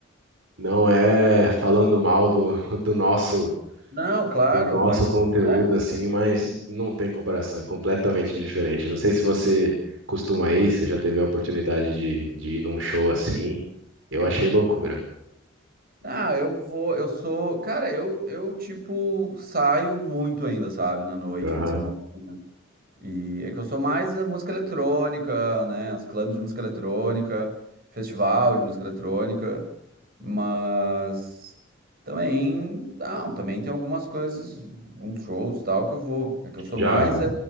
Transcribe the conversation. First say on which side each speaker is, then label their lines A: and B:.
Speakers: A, on the right; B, on the right.
A: Não é falando mal do, <laughs> do nosso
B: Não, claro,
A: do nosso
B: mas.
A: conteúdo
B: né?
A: assim, mas não tem comparação, é completamente diferente. Não sei se você costuma ir, você já teve a oportunidade de, de ir num show assim. Eu achei loucura.
B: Ah, eu vou. Eu sou. Cara, eu, eu, tipo, saio muito ainda, sabe? Na noite,
A: Aham.
B: fim de semana. E é que eu sou mais a música eletrônica, né? Os clubes de música eletrônica, festival de música eletrônica, mas também, ah, também tem algumas coisas, alguns shows e tal que eu vou. É que eu sou
A: Já,
B: mais é,